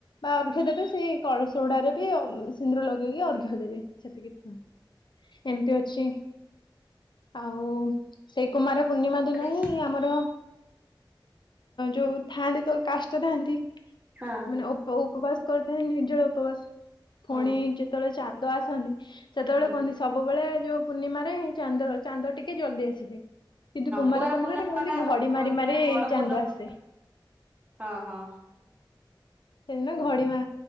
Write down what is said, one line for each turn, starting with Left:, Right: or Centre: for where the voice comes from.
Left: ବା ଅର୍ଘ ଦେବେ ସେଇ କଳସ ଗୁଡାରେ ବି ସିନ୍ଦୂର ଲଗେଇକି ଅର୍ଘ ଦେବେ, ସେତିକି ଥିଲା। ଏମତି ଅଛି। ଆଉ ସେଇ କୁମାର ପୂର୍ଣ୍ଣିମା ଦିନ
Right: ହୁଁ।
Left: ହିଁ ଆମର ଯୋଉ ଥାଆନ୍ତି ତ କାଷ୍ଟା ଥାଆନ୍ତି
Right: ହଁ।
Left: ମାନେ ଉପବାସ କରିଥାନ୍ତି, ନିର୍ଜଳା ଉପବାସ। ପୁଣି
Right: ହୁଁ
Left: ଯେତେବେଳେ ଚାନ୍ଦ ଆସନ୍ତି, ସେତେବେଳେ
Right: ହୁଁ
Left: କୁହନ୍ତି ସବୁବେଳେ ଯୋଉ ପୂର୍ଣ୍ଣିମାରେ ଚାନ୍ଦ ଚାନ୍ଦ ଟିକେ ଜଲ୍ଦି ଆସିଯାଏ। କିନ୍ତୁ କୁମାର
Right: କୁଆଁର
Left: ପୂର୍ଣ୍ଣିମାରେ
Right: ପୂର୍ଣ୍ଣିମା
Left: କୁହନ୍ତି
Right: ଟା
Left: ଘଡି ମାରି ମାରି
Right: ମାନେ ବଡ
Left: ଚାନ୍ଦ
Right: ପୂର୍ଣ୍ଣମା
Left: ଆସେ।
Right: ହଁ ହଁ।
Left: ସେଦିନ ଘଡି ମା